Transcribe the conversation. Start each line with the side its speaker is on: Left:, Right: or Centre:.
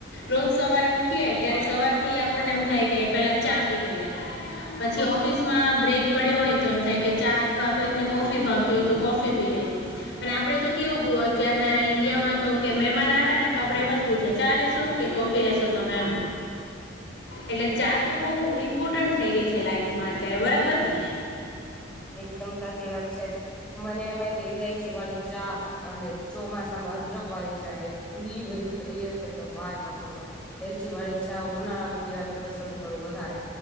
Left: રોજ સવારે ઉઠીએ ત્યારે
Centre: હા
Left: સવારે પી આપણને એમ થાય કે પેલા ચા પી લઈએ. પછી ઓફિસ માં બ્રેક પડ્યો હોય, તો એમ થાય કે ચા અથવા કોઈકને કોફી ભાવ જો તો કફી ભી લે અને આપડે તો કેવું અત્યારના ઈન્ડિયામાં તો કે મહેમાન આવે ને તો આપડે એમ જ પૂછે ચાલેસુ ઓ કે કોફી લેશો તમે એમ એટલે ચા તો બહ ઇમ્પોર્ટન્ટ થઈ ગઈ છે લાઈફ માં અત્યારે બરાબર ને
Centre: એકદમ સાચી વાત છે, મને એમાં ઇલાયચી વાળી ચા અને ચોમાસામાં અદરક વાળલી છે એટલી બધી પ્રિય છે, કે વાત ન પૂછો. એલચી વાળી છા ઉનાળામા, પીવાનું પસંદ કરું વધારે